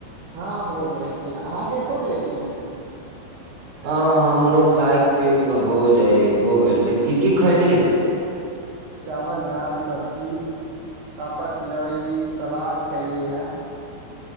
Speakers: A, on the right; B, on the right.
A: हँ हो गेल छै अहाँके हो गेले छै
B: हँ हमरो खायक पियैल तऽ हो जाइ हो गेल छै की की खयलीहे
A: चावल दाल सब्जी पापड़ तिलौरी सलाद खयलियै हे